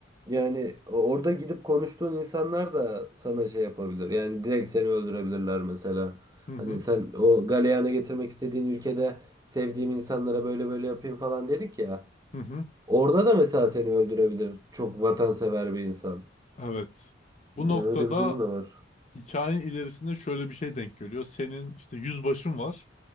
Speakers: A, on the right (about 20°); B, on the left (about 35°).
A: Yani orada gidip konuştuğun insanlar da sana şey yapabilir. Yani direkt seni öldürebilirler mesela.
B: Hı hı,
A: Hani sen o galeyana getirmek istediğin ülkede sevdiğim insanlara böyle böyle yapayım falan dedik ya.
B: hı hı.
A: Orada da mesela seni öldürebilir. Çok vatansever bir insan.
B: Evet. Bu
A: Ya
B: noktada
A: öyle bir durum da var.
B: hikayenin ilerisinde şöyle bir şey denk geliyor. Senin işte yüzbaşın var.